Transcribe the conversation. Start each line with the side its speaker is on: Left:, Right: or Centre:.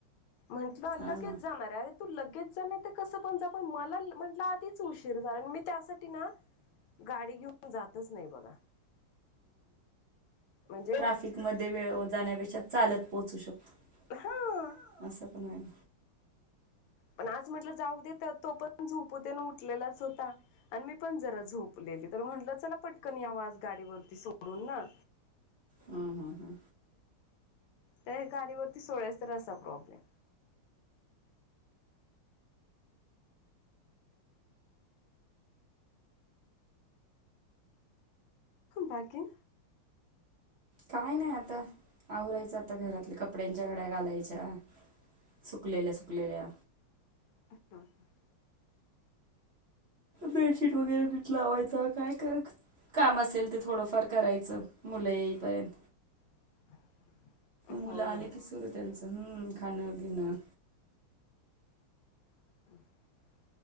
Left: म्हंटलं
Right: हा
Left: लगेच
Right: ना.
Left: जाणार आहे, अरे तू लगेच जा नाही तर कसं पण जा, पण मला म्हटलं आधीच उशीर झाला आणि मी त्यासाठी ना गाडी घेऊन जातच नाही बघा. म्हणजे
Right: ट्राफिक मध्ये वेळ जाण्यापेक्षा, चालत पोहोचू शकतो
Left: हा
Right: असं पण हाय.
Left: पण आज म्हटलं जाऊ देेत, तो पण झोपू दे उठलेलाच होता. आणि मी पण जरा झोपलेली, तर म्हटलं चला पटकन आवाज गाडीवरती सोडून ना.
Right: हा हा हा.
Left: तर गाडीवरती सोळ्याच तर असा प्रॉब्लेम. बाकी.
Right: काय नाही आता आवरायचं आता घरातल्या कपड्यांच्या गड्या घालायच्या.. सुकलेल्या सुकलेल्या.
Left: <unintelligible>
Right: बेडशीट वगैरे निट लावायचं काय कर काम असेल ते थोडंफार करायचं, मुलं येईपर्यंत
Left: <inaudible>
Right: मुलं आले
Left: ना.
Right: की सुरू त्यांचं हम् खाणं पिणं
Left: <inaudible>